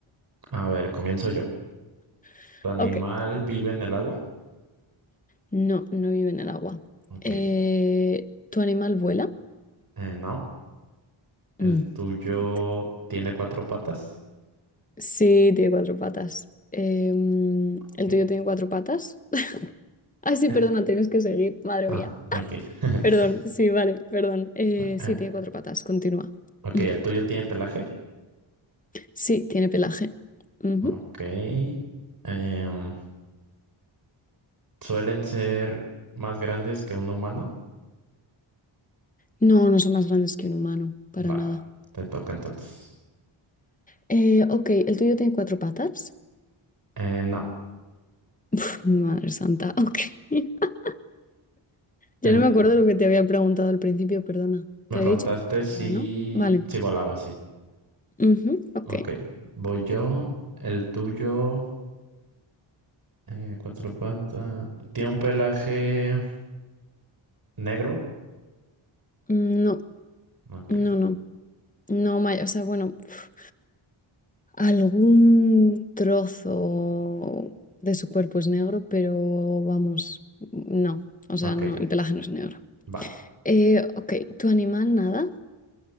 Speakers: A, on the right; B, on the left.
A: A ver, comienzo yo.
B: <laughs>
A: ¿Tu animal
B: Ok.
A: vive en el agua?
B: No, no vive en el agua.
A: Ok.
B: Eh, ¿tu animal vuela?
A: Eh, no. ¿El
B: Mm,
A: tuyo
B: ok.
A: tiene cuatro patas?
B: Sí, tiene cuatro patas. Em,
A: Ok.
B: ¿el tuyo tiene cuatro patas? <laughs> Ay, sí,
A: Eh,
B: perdona, tienes que seguir. Madre
A: ah,
B: mía.
A: ok. <laughs>
B: Perdón, sí, vale, perdón. Eh,
A: Ah, Eh,
B: sí, tiene cuatro patas. Continúa.
A: Ok,
B: Mm.
A: ¿el tuyo tiene pelaje?
B: Sí, tiene pelaje. Ujú.
A: Ok. Em, ¿suelen ser más grandes que un humano?
B: No, no son más grandes que un humano, para
A: Va,
B: nada.
A: te toca entonces.
B: Eh, ok, ¿el tuyo tiene cuatro patas?
A: Eh, no.
B: <laughs> Uf, madre santa, ok. <laughs>
A: El,
B: Ya no me acuerdo lo que te había preguntado al principio, perdona.
A: me
B: Te
A: preguntaste
B: había dicho que
A: si,
B: andaba, ¿no? Vale.
A: si volaba, sí.
B: Ujú, ok.
A: Ok, voy yo. ¿El tuyo? Eh, cuatro patas. Tiene un pelaje negro.
B: Mm, No,
A: Ok,
B: no, no. No, ma- o sea, bueno, pf, algún trozo de su cuerpo es negro, pero vamos, no. O sea,
A: ok,
B: no, el pelaje no es negro.
A: va.
B: Eh, ok, ¿tu animal nada?